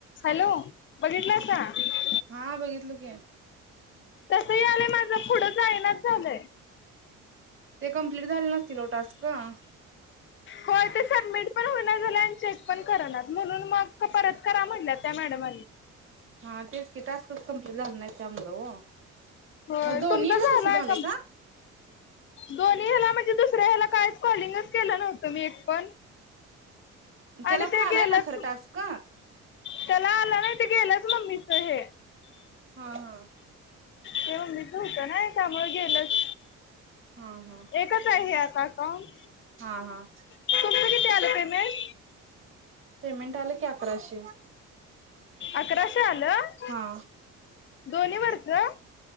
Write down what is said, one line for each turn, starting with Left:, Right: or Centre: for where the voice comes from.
Left: हॅलो बघितलं? <unintelligible>
Right: हा बघितलो की,
Left: तस यालंय माझं पुढं जायनाच झालंय?
Right: ते कम्प्लीट झाले नसतील ओ टास्क हा
Left: होय ते सबमिट पण होईना झालय आणि चेक पण करनात म्हणून मग परत करा म्हणल्यात..... त्या मॅडमांनी
Right: हा तेच कि टास्कच कंप्लीट झाल नाहीय त्यामुळं ओ
Left: होय
Right: मग दोन्ही
Left: तुमच
Right: याला
Left: झालाय
Right: तसं झालंय
Left: का दोन्ही हेला मग ती दिस तर ह्याला कायच कॉलिंगच् केलं नव्हं तुम्ही एक पण
Right: त्याला
Left: आणि ते
Right: पण आलाय
Left: गेलंच
Right: ना खरं टास्क?
Left: त्याला आलं ना ते गेलंच मम्मीच हे <inaudible>
Right: हा
Left: त्यामुळं गेलचं
Right: हा हा
Left: एकच हाय हे आता अकाउंट?
Right: हा हा
Left: तुमचं किती आलंय पेमेंट?
Right: पेमेंट आलं की अकराशे
Left: अकराशे आलं?
Right: हा
Left: दोन्ही वरचं?